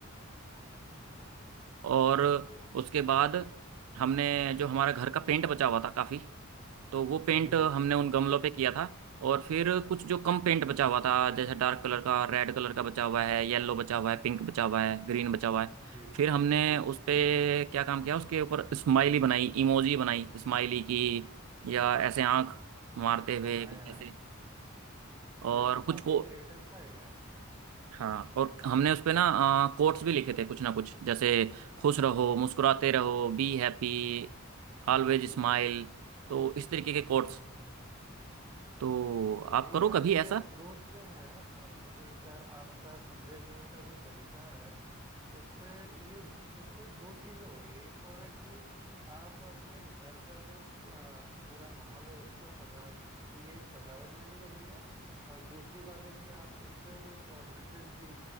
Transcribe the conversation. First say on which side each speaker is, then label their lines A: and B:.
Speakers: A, on the right; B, on the right.
A: अच्छा अच्छा अच्छा अच्छा
B: और उसके बाद हमने जो हमारा घर का पेंट बचा हुआ था काफ़ी तो वो पेंट
A: जी
B: हमने
A: जी
B: उन गमलों पे किया था और फिर कुछ जो कम पेंट बचा हुआ था जैसे डार्क कलर का रेड कलर का बचा हुआ है येलो बचा हुआ है पिंक बचा हुआ है ग्रीन बचा हुआ है
A: जी
B: फिर हमने
A: जी
B: उस पे क्या काम किया उसके ऊपर स्माइली बनाई इमोजी बनाई स्माइली की या ऐसे आंख मारते हुए
A: वाह
B: कुछ
A: यार
B: ऐसे और
A: ये तो
B: कुछ
A: काफी
B: को
A: क्रिएटिव सा आइडिया है
B: हाँ और हमने उस पे ना कोट्स भी लिखे थे कुछ ना कुछ जैसे खुश रहो
A: अच्छा
B: मुस्कुराते रहो बी हैप्पी ऑलवेज स्माइल तो इस तरीके के
A: वाह
B: कोट्स तो आप
A: नहीं
B: करो
A: यार
B: कभी
A: ये
B: ऐसा
A: अप्रोच जो है अप- एक आपका संदेश देने का जो तरीका है उससे ये इससे दो चीजें हो रही है एक तो हो रहा है कि आप अपने घर का जो अ, पूरा माहौल है उसको सजा उस- ये सजावट में भी लग रही है और दूसरी बात है कि आप इससे एक मैसेज भी